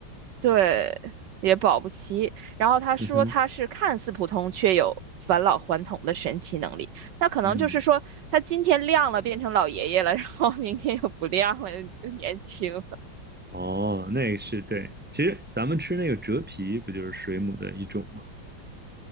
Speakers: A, on the right; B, in the centre.
A: 对，也保不齐。然后他说他是看似普通，
B: 嗯哼，
A: 却有返老还童的神奇能力。那可能就是说他今天亮了，
B: 嗯，
A: 变成老爷爷了，然后明天又不亮了，又年轻了
B: 哦，那个是对，其实咱们吃那个折皮不就是水母的一种吗？